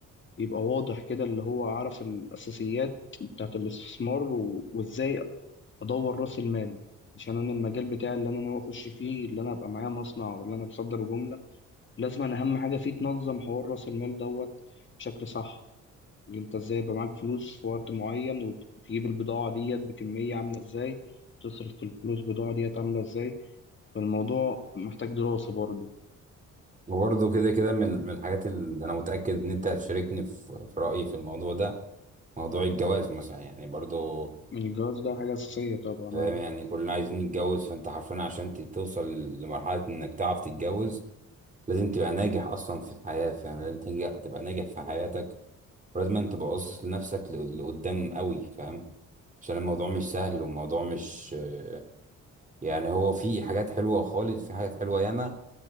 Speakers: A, on the left (about 40°); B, on the right (about 25°).
A: يبقى واضح كده اللي هو عارف الأساسيات بتاعت الاستثمار و... وإزاي أدور رأس المال عشان أنا المجال بتاعي اللي أنا ناوي أخش فيه اللي أنا أبقى معايا مصنع ولا أنا بصدر جملة لازم أنا أهم حاجة فيه تنظم حوار رأس المال دوت بشكل صح اللي أنت إزاي يبقى معاك فلوس في وقت معين وتجيب البضاعة ديت بكمية عاملة إزاي تصرف في الفلوس البضاعة ديت عاملة إزاي فالموضوع محتاج دراسة برضه
B: وبرضو كده كده من من الحاجات اللي انا متأكد ان انت هتشاركني في في رأيي في الموضوع ده موضوع الجواز مثلا يعني برضو
A: يعني الجواز ده حاجة أساسية طبعا
B: فاهم
A: آه.
B: يعني كلنا عايزين نتجوز فانت حرفيا عشان ت- توصل لمرحلة انك تعرف تتجوز لازم تبقى ناجح اصلا في الحياة فاهم لازم تنجح تبقى ناجح في حياتك ولازم انت تبقى باصص لنفسك ل- لقدام قوي فاهم عشان الموضوع مش سهل والموضوع مش آه، يعني هو في حاجات حلوة خالص في حاجات حلوة ياما